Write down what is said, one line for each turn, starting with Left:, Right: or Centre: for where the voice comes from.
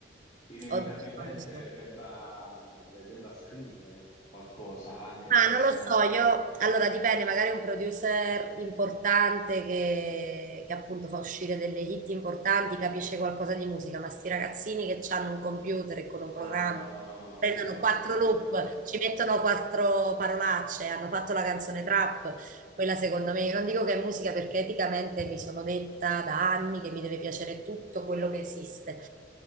Left: inevitabilmente
Right: Oddio, non lo so.
Left: debba, de- debba scrivere qualcosa, anche se
Right: Ah, non
Left: sono...
Right: lo so, io allora dipende, magari un producer importante che, che appunto fa uscire delle hit importanti, capisce qualcosa di musica, ma sti ragazzini che hanno un computer e con un
Left: Ah,
Right: programma
Left: no, no, no, no, no, non
Right: prendono
Left: intendo
Right: quattro
Left: quello,
Right: loop,
Left: non intendo quello.
Right: ci mettono quattro parolacce, hanno fatto la canzone trap, quella secondo me, io non dico che è musica perché eticamente mi sono detta da anni che mi deve piacere tutto quello che esiste,